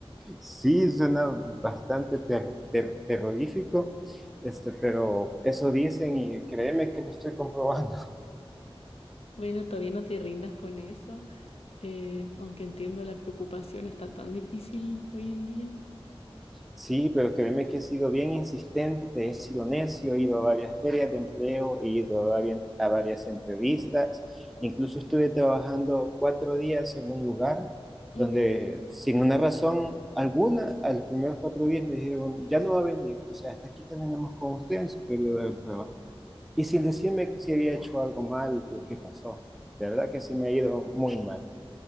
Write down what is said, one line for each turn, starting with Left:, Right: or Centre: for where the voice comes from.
Centre: Sí, suena bastante ter- ter- terrorífico, este, pero eso dicen y créeme que lo estoy comprobando.
Left: Bueno, todavía no te rindas con eso, eh, aunque entiendo la preocupación, está tan difícil hoy en día.
Centre: Sí, pero créeme que he sido bien insistente, he sido necio, he ido a varias ferias de empleo, he ido a varias, a varias entrevistas, incluso estuve trabajando cuatro días en un lugar
Left: Ujú.
Centre: donde sin una razón alguna, a los primeros cuatro días me dijeron, ya no va a venir, o sea, hasta aquí terminamos con usted en su periodo de prueba. Y sin decirme si había hecho algo mal o qué pasó. De verdad que sí me ha ido muy mal.